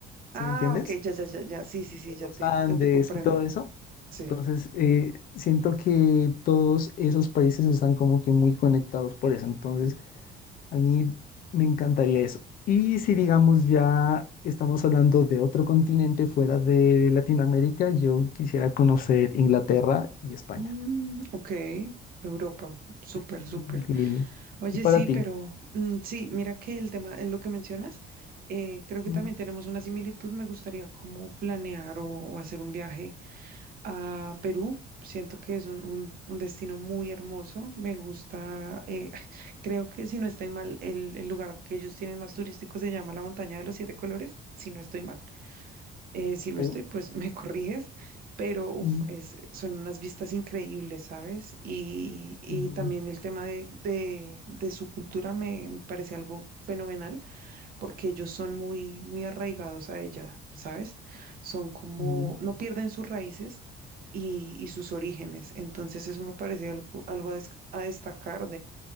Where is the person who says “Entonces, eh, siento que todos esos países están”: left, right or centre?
Left